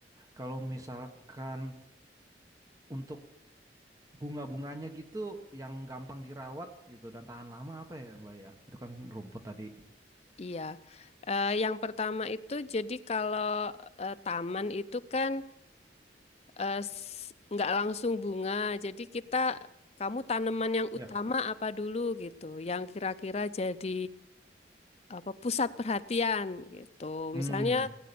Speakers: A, on the right; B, on the left.
A: Kalau misalkan untuk bunga-bunganya gitu yang gampang dirawat gitu dan tahan lama apa ya Mbak ya? Itu kan rumput tadi.
B: Iya. Eh, yang pertama itu jadi kalau eh, taman itu kan eh, s- nggak langsung bunga. Jadi kita kamu tanaman yang
A: Ya,
B: utama apa dulu gitu, yang kira-kira jadi apa pusat perhatian gitu.
A: Hmm,
B: Misalnya,